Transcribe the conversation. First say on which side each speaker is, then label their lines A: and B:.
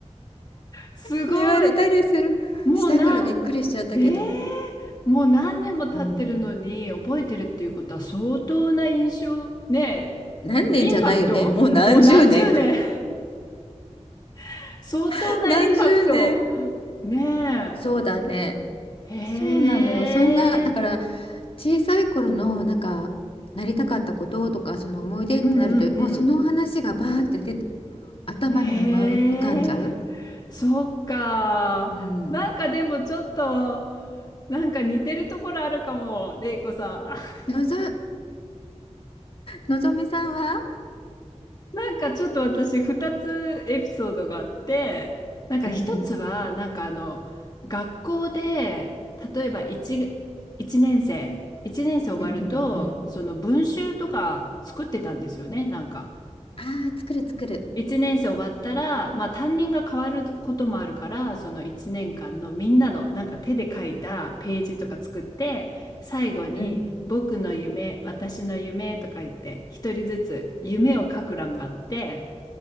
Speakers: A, on the left; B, on the left.
A: すごい。
B: 言われたりする。
A: もうな、
B: したからびっくりしちゃったけど。
A: ええーもう何年も経ってるのに覚えてるっていうことは相当な印象、
B: うん
A: ね
B: 何年じゃないよね。
A: え、インパクトもう何十年
B: もう何十年。
A: <laughs> 相当なインパクト。
B: <laughs> 何十年。
A: ね
B: そうだね。
A: え。へえ。
B: そうなのよ。そんな、だから小さい頃のなんかなりたかったこととかその思い出ってなると、
A: うんうんうん。
B: もうその話がバーって出て頭にうまう浮かんじゃう。
A: へえ。そっか。
B: うん。
A: なんかでもちょっと、なんか似てるところあるかも、れいこさん。
B: のぞ、のぞみさんは
A: なんかちょっと私二つエピソードがあって、なんか一つは、
B: うんうん。
A: なんかあの、学校で、例えば一、一年生、一年生終わると、
B: うんうんうんうん。
A: その文集とか作ってたんですよね、なんか。
B: ああ、作る作る。
A: 一年生終わったら、まあ担任が変わることもあるから、その一年間のみんなのなんか手で書いたページとか作って、最後に僕の夢、
B: うん。
A: 私の夢とか言って、一人ずつ夢を書く欄があって、